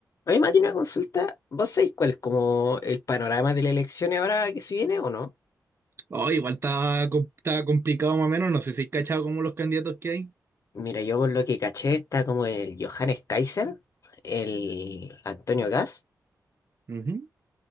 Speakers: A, on the left; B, on the right.
A: A mí tiene una consulta. ¿Vos sabéis cuál es como el panorama de las elecciones ahora que se viene o no?
B: Oh, igual está, com- está complicado más o menos. No sé si hay cachado como los candidatos que hay.
A: Mira, yo por lo que caché está como el Johannes Kaiser, el Antonio Gas,
B: Ujú,